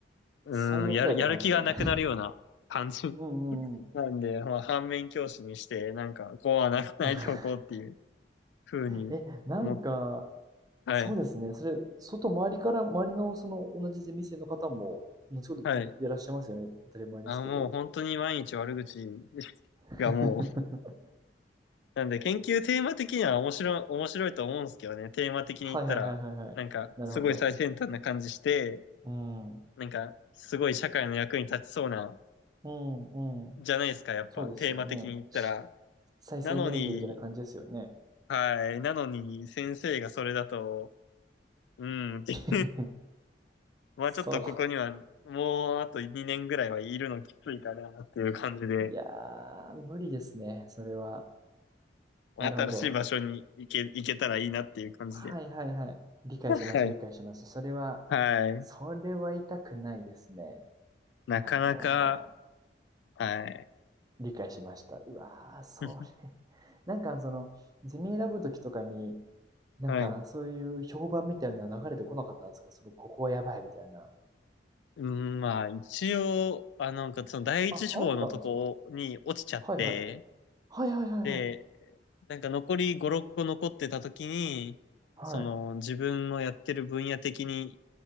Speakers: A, on the left (about 75°); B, on the right (about 20°).
A: うーん、
B: 最悪やった感じですよね。
A: やる、やる気がなくなるような感じ
B: うんうんうん。
A: なんで、まあ、反面教師にして、なんか、こうはならないでおこうっていう
B: <laughs>
A: ふうに思って、
B: え、なんか、
A: はい、
B: そうですね。それ、外周りから、周りのその同じゼミ生の方も、同じこと言ってらっしゃいますよね。
A: はい。
B: 当たり前ですけど。
A: あ、もう本当に毎日悪口
B: <laughs>
A: がもう、なんで、研究テーマ的には面白い、面白いと思うんですけどね、テーマ的に言ったら、
B: はいはいはいはいはい。
A: なんか、
B: なるほど。
A: すごい最先端な感じして、
B: うん。う
A: なんか、すごい社会の役に立ちそうな、
B: んうん。
A: じゃないですか、やっぱ、
B: そうですよね。
A: テーマ的に言ったら。
B: し再生エネルギーみたいな感じですよね。
A: なのに、はい、なのに、先生がそれだと、うん、って
B: <laughs>
A: まあちょっとここにはもうあと2年ぐらいはいるのきついかなっていう感じで、
B: それ、いやー、無理ですね。それは。
A: 新しい場所に行け、
B: なるほど。
A: 行けたらいいなっていう感じで。
B: はいはいはい。理解しました、
A: はい。
B: 理解しました。それは、
A: はい。
B: それは痛くないですね。
A: なかなか、
B: あの、
A: はい。
B: 理解しました。うわー、それ。
A: <laughs>
B: <laughs> なんかその、ゼミ選ぶときとかに、なんかそういう評判みたいなの流れてこなかったんですかその、
A: はい。
B: ここはやばいみたいな。
A: うん、まあ一応、あ、なんかその第一志望のとこに落ちちゃって、
B: あ、あったんですかはいはい。はいはいはいはい。
A: で、なんか残り5、6個残ってた時に、
B: はい。
A: その自分のやってる分野的に